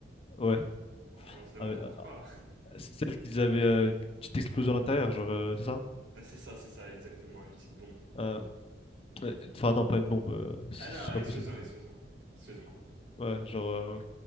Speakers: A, on the left (about 30°); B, on the right (about 75°).
A: Ouais,
B: On se demande
A: avec-
B: pourquoi.
A: euh, c'est celle qu'ils avaient euh, une petite explosion à l'intérieur, genre, euh, c'est ça?
B: <laughs> C'est ça, c'est ça, exactement, une petite bombe.
A: Euh, ouais, Enfin, non, pas une bombe, euh, c'est
B: Ah non,
A: c'est pas
B: Explosion,
A: possible.
B: Explosion. Excuse-moi.
A: Ouais, genre... euh,